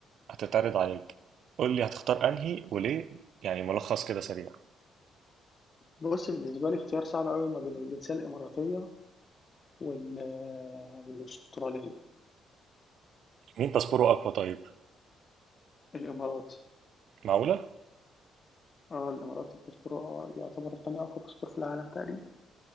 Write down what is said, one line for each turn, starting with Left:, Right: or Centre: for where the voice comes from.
Right: هتتعرض عليك قول لي هتختار انهي وليه يعني ملخص كده سريع
Left: بُص بالنسبة لي اختيار صعب أوي ما بين الجنسية الإماراتية وال والأسترالية،
Right: مين تصبره اقوى طيب
Left: الإماراتي
Right: معقوله
Left: آه، الإماراتي باسبوره يعتبر تاني أقوى باسبور في العالم تقريبًا